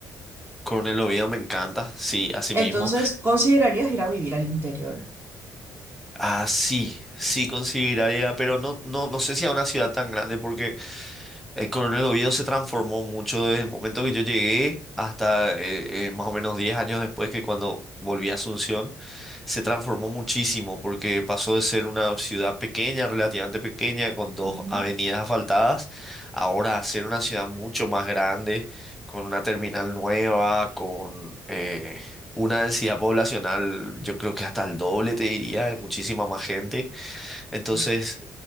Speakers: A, in the centre; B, on the right (about 25°).
A: Coronel Oviedo me encanta, sí, así
B: Entonces,
A: mismo.
B: ¿considerarías ir a vivir al interior?
A: Ah, sí, sí consideraría, pero no, no, no sé si a una ciudad tan grande, porque El Coronel Oviedo se transformó mucho desde el momento que yo llegué hasta eh, eh, más o menos 10 años después que cuando volví a Asunción, se transformó muchísimo porque pasó de ser una ciudad pequeña, relativamente pequeña, con dos
B: Ujú,
A: avenidas asfaltadas, ahora a ser una ciudad mucho más grande, con una terminal nueva, con eh, una densidad poblacional, yo creo que hasta el doble, te diría, de muchísima más gente. Entonces,
B: uf,